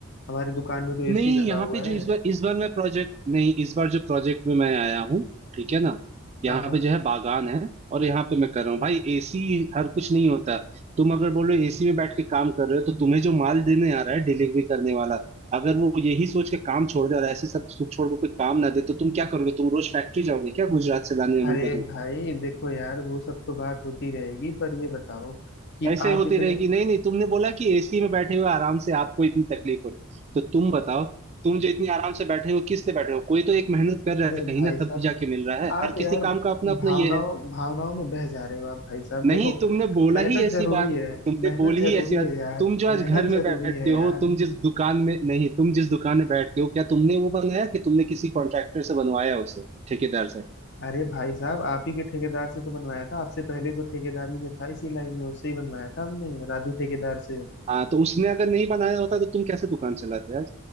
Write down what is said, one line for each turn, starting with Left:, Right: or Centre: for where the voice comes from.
Left: हमारे दुकान में तो एसी
Right: नहीं
Left: लगा
Right: यहाँ
Left: हुआ
Right: पे जो
Left: है
Right: इस बार इस बार मैं प्रोजेक्ट नहीं इस बार जो प्रोजेक्ट में मैं आया हूँ ठीक है ना यहाँ
Left: हाँ हाँ
Right: पे जो है बागान है और यहाँ पे मैं कर रहा हूँ भाई एसी हर कुछ नहीं होता तुम अगर बोलो एसी में बैठ के काम कर रहे हो तो तुम्हें जो माल देने आ रहा है डिलीवरी करने वाला अगर वो यही सोच के काम छोड़ दे और ऐसे सब कुछ छोड़ के कोई काम ना दे तो तुम क्या करोगे तुम रोज फैक्ट्री जाओगे क्या गुजरात से लाने अमूल
Left: अरे
Right: का
Left: भाई देखो यार वो सब तो बात होती रहेगी पर ये बताओ कि
Right: ऐसे
Left: आप
Right: होती
Left: इतने
Right: रहेगी नहीं नहीं तुमने बोला कि एसी में बैठे हुए आराम से आपको इतनी तकलीफ हो रही तो तुम बताओ तुम जो इतनी आराम से बैठे हो किस लिए बैठे हो कोई तो एक मेहनत कर रहा
Left: अरे
Right: है कहीं
Left: भाई
Right: ना
Left: साहब
Right: तब जाके मिल रहा है
Left: आप
Right: हर किसी
Left: यार
Right: काम का अपना अपना
Left: भावनाओं
Right: ये है
Left: भावनाओं में बह जा रहे हो आप भाई साहब
Right: नहीं
Left: देखो
Right: तुमने बोला
Left: मेहनत
Right: ही ऐसी
Left: जरूरी
Right: बात
Left: है
Right: तुमने
Left: मेहनत
Right: बोली
Left: जरूरी
Right: ही ऐसी बात
Left: है यार
Right: तुम जो आज
Left: मेहनत
Right: घर में
Left: जरूरी
Right: बैठते
Left: है
Right: हो
Left: यार
Right: तुम जिस दुकान में नहीं तुम जिस दुकान में बैठते हो क्या तुमने वो बनाया कि तुमने किसी कॉन्ट्रैक्टर से बनवाया उसे ठेकेदार से
Left: अरे भाई साहब आप ही के ठेकेदार से तो बनवाया था आपसे पहले जो ठेकेदारी में था इसी लाइन में उससे ही बनवाया था हमने राजू ठेकेदार से
Right: हाँ तो उसने अगर नहीं बनाया होता तो तुम कैसे दुकान चलाते यार?